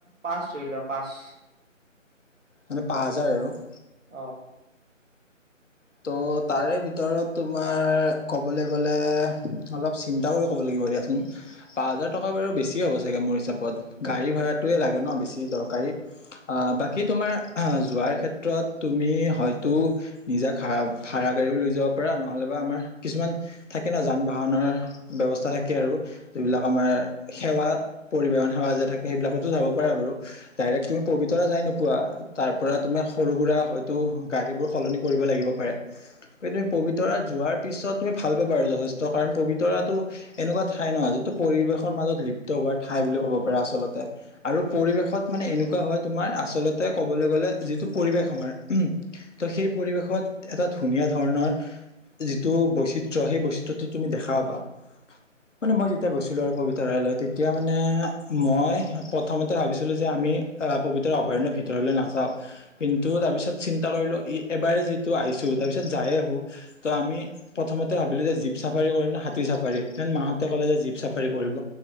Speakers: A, on the right; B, on the left.
A: পাঁচ ধৰি লোৱা পাঁচ <unintelligible>
B: মানে পাঁচ হাজাৰ আৰু। <inaudible>
A: অঁ <inaudible>
B: ত' তাৰে ভিতৰত তোমাৰ ক'বলৈ গ'লে অলপ চিন্তা ক'ব লাগিব দিয়াচোন। পাঁচ হাজাৰ টকা বাৰু বেছি হ'ব চাগে মোৰ হিচাপত গাড়ী ভাড়াটোৱে লাগে ন বেছি দৰকাৰী। আহ বাকী তোমাৰ যোৱাৰ ক্ষেত্ৰত তুমি হয়তো নিজা ভা ভাড়া গাড়ীও লৈ যাব পৰা নহ'লেবা আমাৰ কিছুমান থাকে ন যান-বাহনৰ ব্যৱস্থা থাকে আৰু। যিবিলাক আমাৰ সেৱা পৰিবহন সেৱা যে থাকে সেইবিলাকতো যাব পাৰা বাৰু। ডাইৰেক্ট তুমি পবিতৰা যাই নোপোৱা। তাৰ পৰা তোমাৰ সৰু সুৰা হয়তো গাড়ীবোৰ সলনি কৰিব লাগিব পাৰে। তুমি পবিতৰা যোৱাৰ পিছত তুমি ভাল পাবা আৰু যথেষ্ট কাৰণ পবিতৰাটো এনেকুৱা ঠাই নহয় যিটো পৰিৱেশৰ মাজত লিপ্ত হোৱাৰ ঠাই বুলি ক'ব পাৰে আচলতে। আৰু পৰিৱেশত মানে এনেকুৱা হয় তোমাৰ আচলতে ক'বলৈ গলে যিটো পৰিৱেশ আমাৰ। ত' সেই পৰিৱেশত। এটা ধুনীয়া ধৰণৰ যিটো বৈচিত্ৰ‌ সেই বৈচিত্ৰটো তুমি দেখা পাবা।
A: <unintelligible>
B: মানে মই যেতিয়া গৈছিলোঁ আৰু পবিতৰালৈ তেতিয়া মানে মই প্ৰথমতে ভাবিছিলোঁ যে, আমি পবিতৰা অভয়াৰণ্যৰ ভিতৰলৈ নাযাও কিন্তু তাৰ পিছত চিন্তা কৰিলো ই এবাৰে যি, তো আহিছোঁ তাৰপিছত যায় আহোঁ ত আমি প্ৰথমতে ভাবিলো যে জীপ চাফাৰী কৰিম নে হাতী চাফাৰী ডেন মাহঁতে কলে যে জীপ চাফাৰী কৰিব।